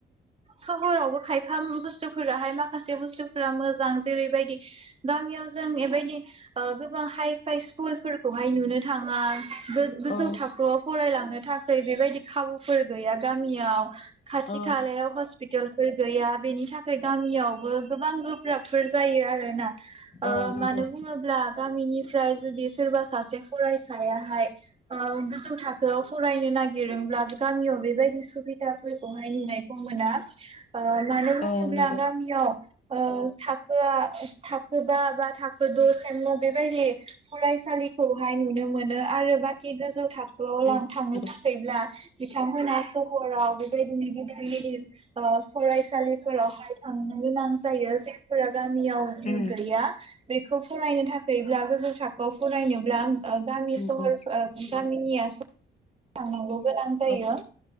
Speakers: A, on the right; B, on the left.
A: सहरावबो खायफा बुस्थुफोराहाय माखासे बुस्थुफोरा मोजां जेरैबायदि गामियाव जों एबायदि ओ गोबां हाइ फाइ स्कुलफोरखौहाय नुनो थाङा। गो गोजौ
B: औ
A: थाखोआव फरायलां नो था खै बेबायदि खाबुफोर गैया। गामियाव खाथि
B: औ
A: खालायाव हस पिटालफोर गैया बेनि थाख खैर गामियावबो गोबां गोब <unintelligible> जायो आरो ना। ओ
B: औ नंगौ
A: मानो बुङोब्ला गा गामिनिफ्राय जुदि सोरबा सासे फरायसायाहाय ओ गोजौ थाखोआव फरायनो नागिरदोंब्ला गामियाव बेबायदि सुब बिदाफोरखौहाय नुनायखौ मोना ओ मानो होनोब्ला
B: औ नंगौ
A: गामियाव ओ थाखो आ थाखो बा बा थाखो द' सेम बेबायदि फरायसालिखौहाय नुनो मोनो आरो बाखि गोजौ थाख खोआव लां
B: उम
A: थांनो
B: नंगौ
A: थाखायब्ला बिथांमोना सहराव बेबायदिनो गिदिर गिदिर ओ फरायसालिफोरावहाय थांनो गोनां जायो जेफोरा गामियाव गैया।
B: उम
A: बेखौ फरायनो थाखैब्ला गोजौ थाखोआव फरायनोब्ला गामि
B: नंगौ
A: सहर गामिनिया सहराव थांनांगौ गोनां जायो
B: औ